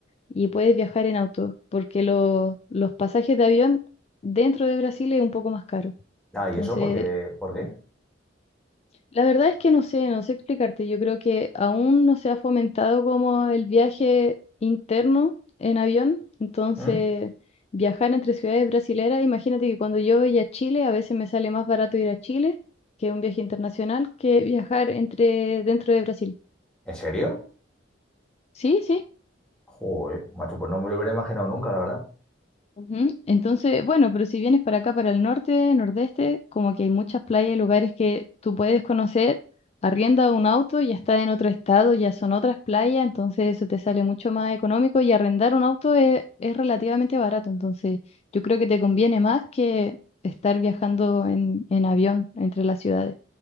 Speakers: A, on the left; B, in the centre.
A: y puedes viajar en auto, porque lo- los pasajes de avión dentro de Brasil es un poco más caro.
B: Ah, ¿y
A: Entonces,
B: eso por qué? ¿Por qué?
A: la verdad es que no sé, no sé explicarte. Yo creo que aún no se ha fomentado como el viaje interno en avión. Entonces,
B: ¿Mm?
A: viajar entre ciudades brasileras, imagínate que cuando yo voy a Chile, a veces me sale más barato ir a Chile, que un viaje internacional, que viajar entre dentro de Brasil.
B: ¿En serio?
A: Sí, sí.
B: Joder, macho, pues no me lo hubiera imaginado nunca, la verdad.
A: Ujú. Entonces, bueno, pero si vienes para acá, para el norte, nordeste, como que hay muchas playas y lugares que tú puedes conocer, arrienda un auto, ya está en otro estado, ya son otras playas, entonces eso te sale mucho más económico y arrendar un auto es, es relativamente barato, entonces yo creo que te conviene más que estar viajando en, en avión entre las ciudades.